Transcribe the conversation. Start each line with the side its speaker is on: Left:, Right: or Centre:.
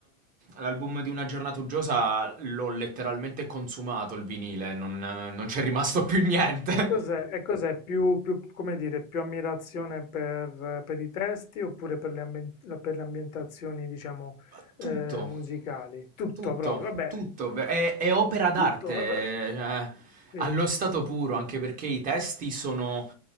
Right: l'album di Una giornata uggiosa l'ho letteralmente consumato il vinile, non non c'è rimasto più niente.
Left: E cos'è? E cos'è? Più, più, come dire, più ammirazione per, per i testi oppure per le, ambien- la- per le ambientazioni, diciamo,
Right: <laughs>
Left: eh,
Right: Tutto.
Left: musicali? Tutto
Right: Tutto,
Left: proprio, vabbè,
Right: tutto, è, è opera d'arte,
Left: tutto. eh,
Right: cioè,
Left: sì.
Right: allo stato puro, anche perché i testi sono